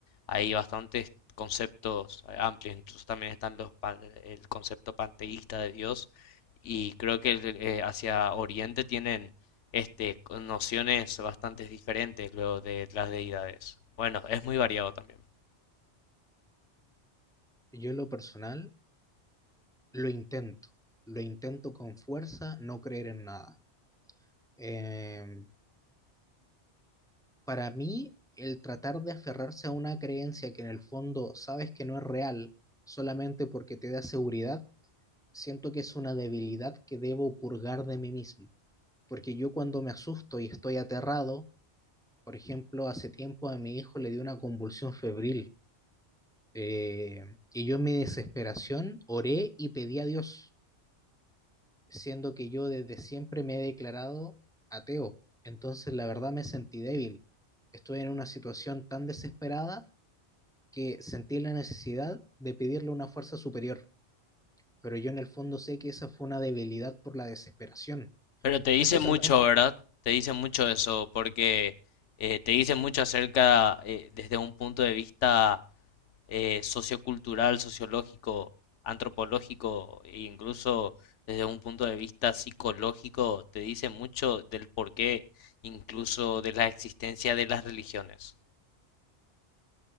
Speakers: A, on the left; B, in the centre.
A: Hay bastantes conceptos eh, amplios, incluso también están los, pan- el concepto panteísta de Dios y creo que eh, hacia Oriente tienen este, con nociones bastante diferentes luego de las deidades. Bueno, es muy variado también.
B: yo en lo personal lo intento, lo intento con fuerza, no creer en nada. Em, Para mí, el tratar de aferrarse a una creencia que en el fondo sabes que no es real solamente porque te da seguridad, siento que es una debilidad que debo purgar de mí mismo. Porque yo cuando me asusto y estoy aterrado, por ejemplo, hace tiempo a mi hijo le dio una convulsión febril eh, y yo en mi desesperación oré y pedí a Dios, siendo que yo desde siempre me he declarado ateo. Entonces la verdad me sentí débil. Estuve en una situación tan desesperada que sentí la necesidad de pedirle una fuerza superior, pero yo en el fondo sé que esa fue una debilidad por la desesperación.
A: Pero te dice
B: Eso
A: Eso
B: también,
A: mucho, también. ¿verdad? Te dice mucho eso, porque eh, te dice mucho acerca, eh, desde un punto de vista eh, sociocultural, sociológico, antropológico, e incluso desde un punto de vista psicológico, te dice mucho del porqué, incluso de la existencia de las religiones.